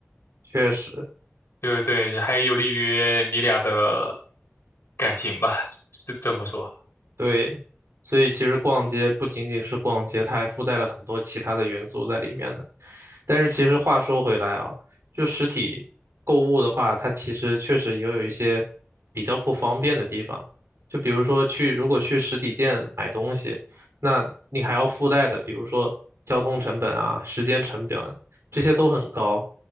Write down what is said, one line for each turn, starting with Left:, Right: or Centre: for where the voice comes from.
Right: 确实。
Left: 对对，还有利于你俩的感情吧，这这么说。
Right: 对，所以其实逛街不仅仅是逛街，它还附带了很多其他的元素在里面的。但是其实话说回来啊，就实体购物的话，它其实确实也有一些比较不方便的地方。就比如说去，如果去实体店买东西，那你还要附带的，比如说交通成本啊、时间成本啊，这些都很高。